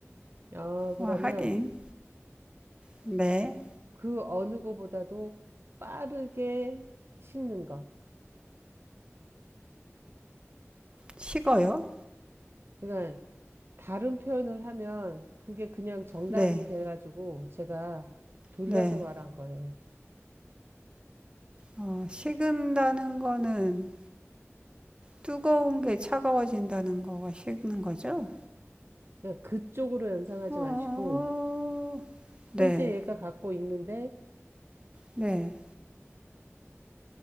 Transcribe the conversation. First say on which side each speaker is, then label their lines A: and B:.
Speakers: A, on the right (about 50°); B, on the right (about 20°).
A: 아, 그러면
B: 아, 하긴. 네.
A: 그 어느 거보다도 빠르게 식는 것.
B: 식어요?
A: 그러니까 다른 표현을 하면 그게 그냥 정답이
B: 네.
A: 돼가지고 제가 돌려서
B: 네.
A: 말한 거예요.
B: 어, 식은다는 거는 뜨거운 게 차가워진다는 거가 식는 거죠?
A: 그 그쪽으로 연상하지
B: 어,
A: 마시고,
B: 네.
A: 현재 얘가 갖고 있는데,
B: 네,